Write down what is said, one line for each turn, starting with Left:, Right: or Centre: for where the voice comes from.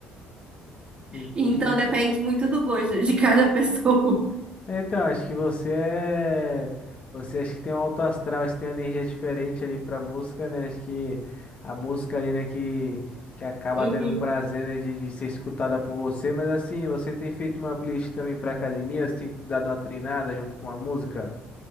Left: En-
Right: então
Left: en-
Right: depende muito do gosto de cada pessoa.
Left: Então, acho que você é. Você acha que tem um alto astral, acho que tem uma energia diferente ali pra música, né? Acho que a música ali, né, que, que acaba
Right: <laughs>
Left: tendo o prazer, né, de, de ser escutada por você. Mas assim, você tem feito uma playlist também pra academia? Você tem dado uma treinada junto com a música?